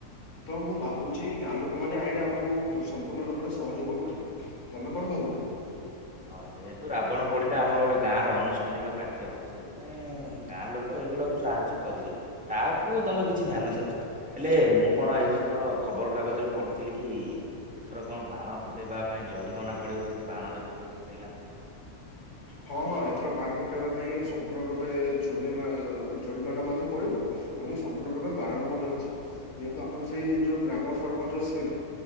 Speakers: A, on the left; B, in the centre.
A: ତ ମୁଁ ଭାବୁଛି ଗାଁ ଲୋକମାନେ ଆଇଲେ ଆମକୁ ସମ୍ପୂର୍ଣ୍ଣ ରୂପରେ ସହଯୋଗ କରିବେ ତମେ କଣ ଣ ଭାବୁଛ।
B: ହଁ ଯେହେତୁ ରାବଣ ପୋଡିଟା ଆମର ଗୋଟେ ଗାଁର ଅନୁଷ୍ଠାନିକ କାର୍ଯ୍ୟ ସେଥିପାଇଁ ଗାଁ ଲୋକ ଏଇଗୁଡାକୁ ସାହାଯ୍ୟ କରିବେ ତାକୁ ତମେ କିଛି ଧ୍ୟାନ ଦିଅ ହେଲେ ମୁଁ କଣ ଏଇଥର ଖବର ଖବର କାଗଜରେ ପଡୁଥିଲି କି ଏଥର କଣ ବାଣ ଫୁଟେଇବା ପାଇଁ ଜରିମାନା ପଡିବ ସେ ବାଣ ଯଦି ଯିଏ ଫୁଟେଇଲା।
A: ହଁ ହଁ ଏଥର ବାଣ ଫୁଟେଇବା ପାଇଁ ସମ୍ପୂର୍ଣ୍ଣ ରୂପେ ଜୋରିମା ଜୋରିମାନା ମଧ୍ୟ ପଡିବ। ଏବଂ ସମ୍ପୂର୍ଣ୍ଣ ରୂପେ ବାରଣ ମଧ୍ୟ ରଇଛି ଯେହେତୁ ଆମର ସେଇ ଯୋଉ ଗ୍ରାମ ସରପଞ୍ଚ ଶ୍ରୀ